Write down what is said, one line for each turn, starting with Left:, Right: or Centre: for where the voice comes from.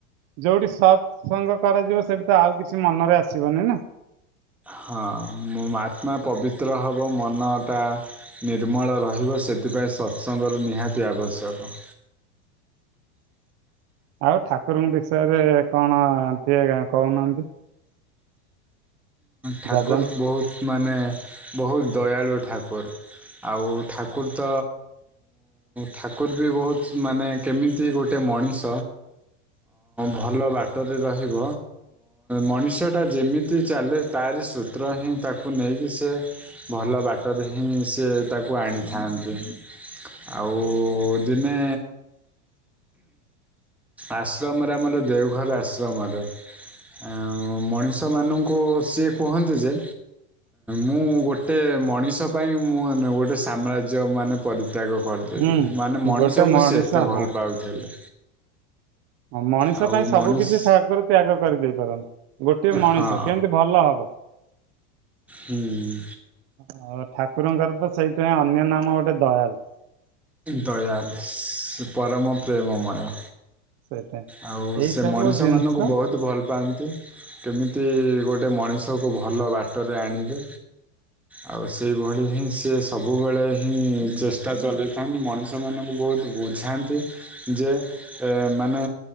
Right: ଯୋଉଠି ସତ୍ ସଙ୍ଗ କରାଯିବ ସେଠି ତ ଆଉ କିଛି ମନରେ ଆସିବନି ନା।
Centre: ହଁ ମୋ ଆତ୍ମା ପବିତ୍ର ହବ ମନ ଟା ନିର୍ମଳ ରହିବ ସେଥିପାଇଁ ସତ୍ ସଙ୍ଗର ନିହାତି ଆବଶ୍ୟକ।
Right: ଆଉ ଠାକୁରଙ୍କ ବିଷୟରେ କଣ ଟିକିଏ କହୁନାହାନ୍ତି।
Centre: ଠାକୁର
Right: ଯାଜନ୍
Centre: ବହୁତ ମାନେ ବହୁତ ଦୟାଳୁ ଠାକୁର। ଆଉ ଠାକୁର ତ ଠାକୁର ବି ବହୁତ ମାନେ କେମିତି ଗୋଟେ ମଣିଷ ଭଲ ବାଟରେ ରହିବ ମଣିଷଟା ଯେମି ମିତି ଚାଲେ ତାରି ସୂତ୍ର ହିଁ ତାକୁ ନେଇକି ସେ ଭଲ ବାଟରେ ହିଁ ସେ ତାକୁ ଆଣିଥାନ୍ତି। ଆଉ ଦିନେ ଆଶ୍ରମରେ ଆମର ଦେଓଘର ଆଶ୍ରମରେ ଆ ମଣିଷ ମାନଙ୍କୁ ସିଏ କୁହନ୍ତି ଯେ ମୁଁ ଗୋଟେ ମଣିଷ ପାଇଁ ମୁଁ ଗୋଟେ ସାମ୍ରାଜ୍ୟ ମାନେ ପରିତ୍ୟାଗ କରିଦେବି
Right: ହୁଁ
Centre: ମାନେ ମଣିଷକୁ
Right: ଗୋଟେ ମଣିଷ
Centre: ସେ ଏତେ ଭଲ
Right: ହଁ।
Centre: ପାଉଥିଲେ।
Right: ହଁ ମଣିଷ
Centre: ଆଉ
Right: ପାଇଁ ସବୁ
Centre: ମଣିଷ
Right: କିଛି ଠାକୁରୁ ତ୍ୟାଗ କରିଦେଇ ପାରନ୍ତି। ଗୋଟିଏ ମଣିଷ
Centre: ହଁ
Right: କେମିତି ଭଲ ହବ?
Centre: ହୁଁ,
Right: ଆଉ ଠାକୁରଙ୍କର ତ ସେଇଥିପାଇଁ ଅନ୍ୟ ନାମ ଗୋଟେ ଦୟାଳୁ।
Centre: ଦୟାବିଶ ପରମ ପ୍ରେମମାୟା।
Right: ସେଇଥିପାଇଁ
Centre: ଆଉ
Right: ଏଇ
Centre: ସେ
Right: ସବୁ
Centre: ମଣିଷ
Right: ଜିନିଷ
Centre: ମାନଙ୍କୁ ବହୁତ ଭଲ ପାଆନ୍ତି କେମିତି ଗୋଟେ ମଣିଷକୁ ଭଲ ବାଟରେ ଆଣିବେ। ଆଉ ସେଇଭଳି ହିଁ ସେ ସବୁବେଳେ ହିଁ ଚେଷ୍ଟା ଚଲେଇ କାହିଁକି ମଣିଷମାନଙ୍କୁ ବହୁତ ବୁଝାନ୍ତି ଯେ ଏ ମାନେ